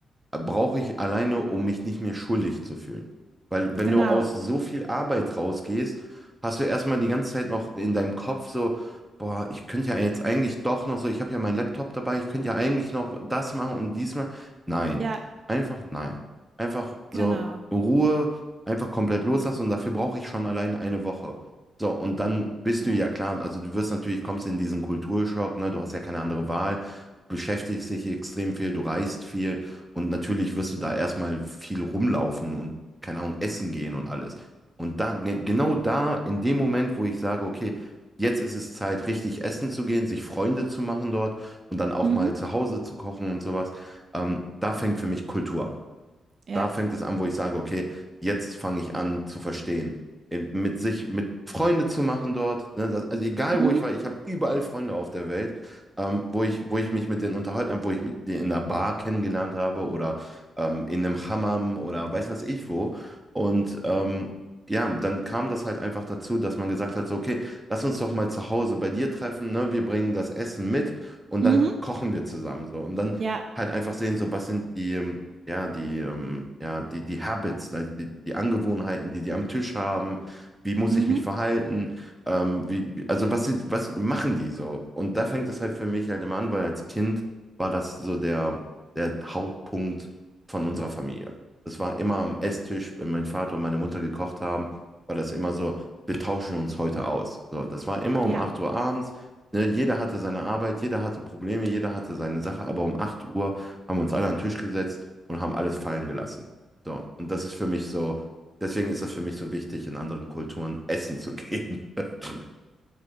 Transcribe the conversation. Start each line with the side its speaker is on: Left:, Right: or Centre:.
Centre: brauche ich alleine, um mich nicht mehr schuldig zu fühlen. Weil wenn
Right: Genau.
Centre: du aus so viel Arbeit rausgehst, hast du erstmal die ganze Zeit noch in deinem Kopf so, boah, ich könnte ja jetzt eigentlich doch noch so, ich habe ja meinen Laptop dabei, ich könnte ja eigentlich noch das machen und diesmal. Nein,
Right: Ja,
Centre: einfach nein. Einfach so
Right: genau.
Centre: Ruhe, einfach komplett loslassen und dafür brauche ich schon allein eine Woche. So, und dann bist
Right: Ja.
Centre: du ja klar, also du wirst natürlich, kommst in diesen Kulturschock, ne, du hast ja keine andere Wahl, du beschäftigst dich extrem viel, du reist viel. Und natürlich wirst du da erstmal viel rumlaufen und, keine Ahnung, essen gehen und alles. Und da, ge- genau da, in dem Moment, wo ich sage, okay, jetzt ist es Zeit, richtig essen zu gehen, sich Freunde zu machen dort und dann auch
Right: Mhm.
Centre: mal zu Hause zu kochen und sowas, ähm, da fängt für mich Kultur an.
Right: Ja.
Centre: Da fängt es an, wo ich sage, okay, jetzt fange ich an zu verstehen. Äh, Mit sich, mit Freunde zu machen dort. Ne? Das, also egal,
Right: Mhm.
Centre: wo ich war, ich habe überall Freunde auf der Welt, ähm, wo ich, wo ich mich mit denen unterhalten habe, wo ich mit denen in einer Bar kennengelernt habe oder ähm, in einem Hammam oder weiß was ich wo. Und ähm, ja, dann kam das halt einfach dazu, dass man gesagt hat, so, okay, lass uns doch mal zu Hause bei dir treffen, ne? Wir bringen das Essen mit und
Right: Mhm.
Centre: dann kochen wir zusammen so. Und dann
Right: Ja.
Centre: halt einfach sehen, so, was sind die... ähm, ja, die, ähm, ja, die, die Habits, like die, die Angewohnheiten, die die am Tisch haben, wie muss
Right: Mhm.
Centre: ich mich verhalten, ähm, wie, wie- also was, sind- was machen die so? Und da fängt es halt für mich halt immer an, weil als Kind war das so der, der Hauptpunkt von unserer Familie. Das war immer am Esstisch, wenn mein Vater und meine Mutter gekocht haben, war das immer so, wir tauschen uns heute aus. So, das war immer um
Right: Ja.
Centre: 8 Uhr abends. Ne, jeder hatte seine Arbeit, jeder hatte Probleme, jeder hatte seine Sache, aber um 8 Uhr haben wir uns alle an den Tisch gesetzt und haben alles fallen gelassen. So, und das ist für mich so, deswegen ist das für mich so wichtig, in anderen Kulturen <laughs> essen zu gehen. <laughs>